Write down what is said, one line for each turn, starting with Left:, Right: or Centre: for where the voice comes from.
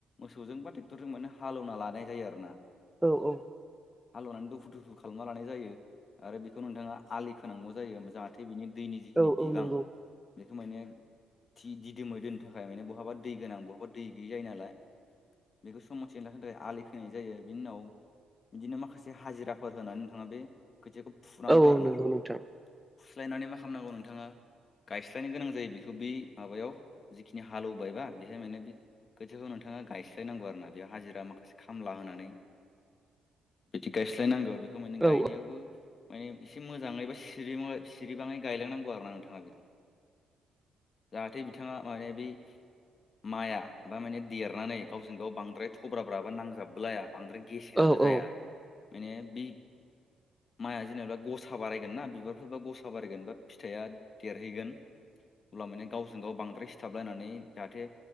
Left: मोसौजों बा ट्रेक्टरजों माने हालौना लानाय जायो आरो ना
Centre: औ औ
Left: हालौनानै दुफु दुफु खालामना लानाय जायो आरो बेखौ नोंथाङा आलि खोनांगौ जायो जाहाथे बिनि दैनि
Centre: औ
Left: जिखिनि
Centre: औ
Left: बिबां
Centre: नंगौ
Left: बेखौ माने थि दिदोमै दोननो थाखाय माने बहाबा दै गोनां बहाबा दै गैयै जायो नालाय। बेखौ <unintelligible> थाखाय आलि खोनाय जायो बिनि उनाव बिदिनो माखासे हाजिराफोर होनानै नोंथाङा बे खोथियाखौ फुनांगौ
Centre: औ औ
Left: आरो
Centre: नंगौ
Left: ना
Centre: नोंथां
Left: फुस्लायनानै मा खालामनांगौ नोंथाङा गायस्लायनो गोनां जायो बेखौ बे माबायाव जिखिनि हालेवबायबा बेहाय माने बे खोथियाखौ नोंथाङा गायस्लायनांगौ आरो ना बे हाजिरा माखासे खामला होनानै बिदि गायस्लायनांगौ बेखौ माने
Centre: औ
Left: गायनायावबो माने एसे मोजाङै बा सिरिबाङै गायलांनांगौ आरो ना नोंथाङा बेखौ।
Centre: <inaudible>
Left: जाहाथे बिथाङा माने बै माइआ बा माने देरनानै गावजों गाव बांद्राय थब्राब्रा बा नांजाबलाया। बांद्राय गेसेंबो
Centre: औ
Left: जाया
Centre: औ
Left: माने बे माइआ जेनेबा गसा बारायगोन ना बिबारफोरबा गसा बारायगोन बा फिथाइआ देर हैगोन अब्ला माने गावजों गाव बांद्राय सिथाबलायनानै जाहाथे